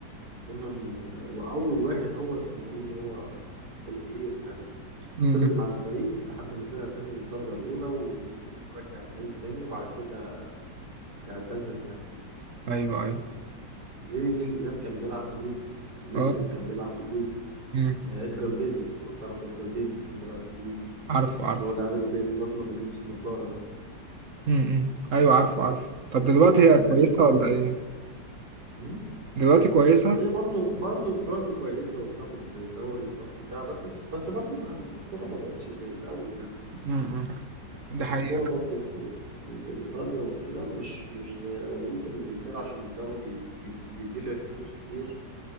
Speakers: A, on the right; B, on the right.
A: منهم آه، وأول واحد هو اسمه إيه هو دلبير يعني
B: امم
A: فضل
B: إمم.
A: مع الفريق لحد ما طلع تاني الدرجة الأولى و- ورجع الفريق تاني وبعد كده اعتزل يعني
B: أيوه أيوه
A: زين الدين زيدان كان بيلعب في اليوفي ندفيد
B: اه
A: كان بيلعب في اليوفي
B: امم
A: آه، إدجار ديفيدز لو تعرف إدجار ديفيدز كان بيلعب في اليوفي
B: عارفه عارفه
A: اللي هو اللاعب اللي بي- الأسمر اللي بيلبس نظارة ده
B: امم إمم. أيوه عارفه عارفه طب دلوقتي هي
A: كان
B: كويسة
A: فريق جامد
B: ولا إيه؟
A: مم.
B: دلوقتي كويسة؟
A: هي برضو برضو برضو كويسة وبتاخد دوري وبتاخد بتاع بس بس برضو ما الكورة ما بقتش زي الأول يعني
B: امم ده حقيقة
A: الكورة برضو في في إيطاليا وكده مش مش زي الأول وممكن إنجلترا عشان الدوري بيت- بيدفع فيه فلوس كتير